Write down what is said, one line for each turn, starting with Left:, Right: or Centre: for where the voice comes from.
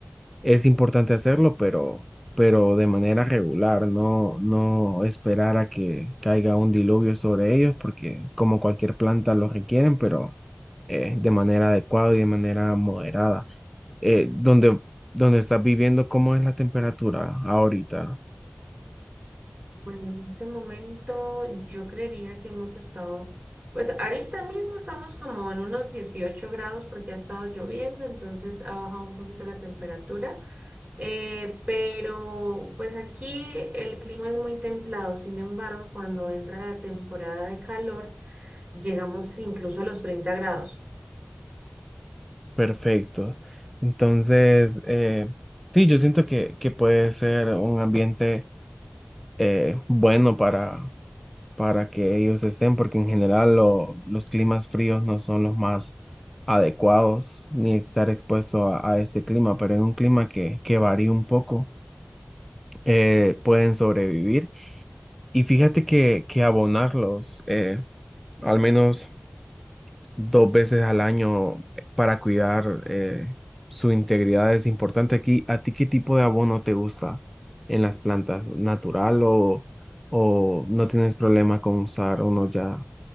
Centre: es importante hacerlo, pero, pero de manera regular, no, no esperar a que caiga un diluvio sobre ellos, porque como cualquier planta lo requieren, pero eh, de manera adecuada y de manera moderada eh, donde, donde estás viviendo, ¿cómo es la temperatura ahorita?
Right: Bueno, en este momento yo creería que hemos estado, pues ahorita mismo estamos como en unos dieciocho grados porque ha estado lloviendo, entonces ha bajado un poquito la temperatura, Eh, pero pues aquí el clima es muy templado, sin embargo, cuando entra la temporada de calor, llegamos incluso a los 30 grados.
Centre: Perfecto. Entonces, eh, sí, yo siento que, que puede ser un ambiente eh, bueno para, para que ellos estén, porque en general lo- los climas fríos no son los más adecuados ni estar expuesto a, a este clima, pero en un clima que, que varía un poco, eh, pueden sobrevivir. Y fíjate que, que abonarlos, eh, al menos dos veces al año para cuidar eh, su integridad es importante. Aquí, ¿a ti qué tipo de abono te gusta en las plantas? ¿Natural o, o no tienes problema con usar uno ya,